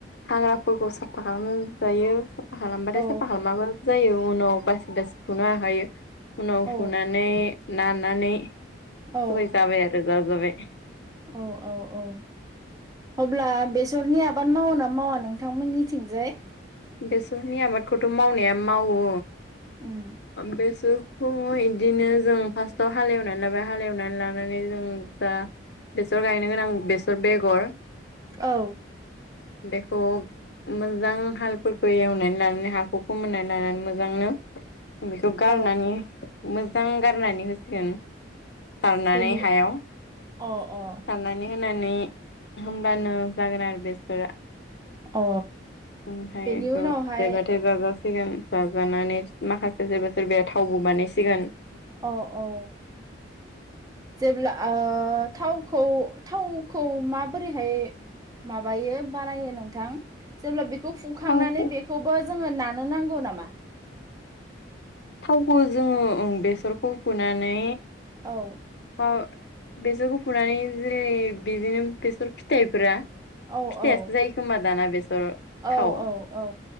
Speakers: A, on the left; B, on the right.
A: हाग्राफोरखौ साफा खालामजायो साफा खालामबाथाय
B: औ
A: साफा खालामाबो जायो उनाव बासि- बासि फुनो हाखायो उनाव
B: औ
A: फुनानै नानानै
B: औ
A: सबाय जाबाय आरो जा जाबाय।
B: औ औ औ अब्ला बेसरनि आबाद मावो ना मावा नोंथांमोननिथिंजाय?
A: बेसरनि आबादखौथ' मावनाया मावो।
B: उम
A: बेसोरखौ इदिनो जों फार्स्टआव हालेवनानै लाबाय हालेवनानै लानानै जों जा बेसर गायनो गोनां बेसर बेगर
B: औ
A: बेखौ मोजां हाल फोरफोरखौ एवनानै लानानै हाखौ फोमोननानै लानानै मोजांनो बेखौ
B: औ
A: गारनानै मोजां गारनानै होसिगोन सारनानै
B: बेनि
A: हायाव
B: अ अ
A: सारना नै होनानै होमब्लानो जागोन आरो बेसरा
B: अ
A: ओमफ्राय
B: बेनि उनावहाय
A: ओ देरबाथाय जाजासिगोन जाजानानै उम माखासे सोरबा सोरबाया थावबो बानायसिगोन।
B: औ औ जेब्ला ओ थावखौ -थावखौ माबोरैहाय माबायो बानायो नोंथां जेब्ला बे खौ फोखांनानै
A: थावखौ
B: बेखौबो जोङो नानो नांगौ नामा?
A: थावखौ जों बेसरखौ फुनानै
B: औ
A: ओ बेसरखौ फुनानै जेरै बिदिनो बेसर फिथाइफोरा
B: औ
A: फिथाइसो
B: औ
A: जायोखोमबा दाना बेसर
B: औ
A: थाव?
B: औ औ